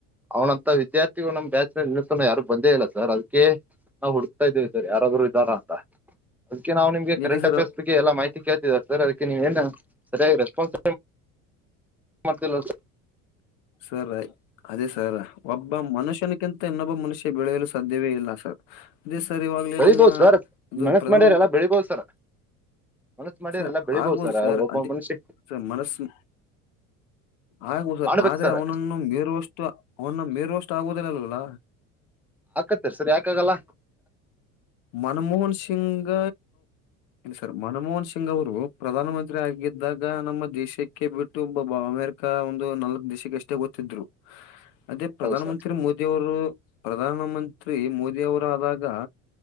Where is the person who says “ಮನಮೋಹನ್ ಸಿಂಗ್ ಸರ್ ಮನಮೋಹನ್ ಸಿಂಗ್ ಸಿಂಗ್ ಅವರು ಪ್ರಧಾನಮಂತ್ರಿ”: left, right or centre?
Left